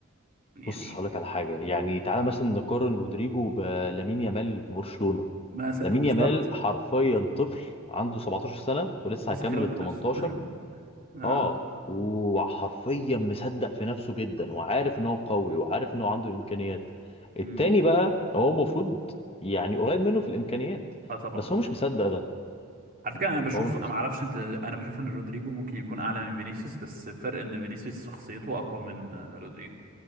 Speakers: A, on the right; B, on the left.
A: يعني
B: بص هقول لك على حاجه يعني تعالى مثلا نقارن رودريجو بلامين يامال في برشلونه
A: مثلا
B: لامين
A: بالظبط
B: يامال حرفيا طفل عنده 17 سنه ولسه
A: واثق
B: هيكمل
A: قوي
B: ال
A: من
B: 18
A: نفسه <laughs> اه
B: اه وحرفيا مصدق في نفسه جدا وعارف ان هو قوي وعارف ان هو عنده الامكانيات التاني
A: امم
B: بقى هو المفروض يعني قريب منه في الامكانيات
A: اه طبعا
B: بس هو مش مصدق ده
A: على فكره انا بشوف
B: هو مش
A: انا
B: مصدق.
A: ما اعرفش انت انا بشوف ان رودريجو ممكن يكون اعلى من فينيسيوس بس الفرق ان فينيسيوس شخصيته اقوى من رودريجو